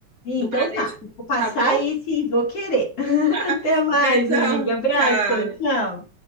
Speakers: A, on the left; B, on the right.
A: Então
B: do Bradesco,
A: tá, vou passar
B: tá bom?
A: aí sim, vou querer. <laughs>
B: <laughs>
A: Até mais,
B: Beijão,
A: amiga. Abraço,
B: tchau.
A: tchau.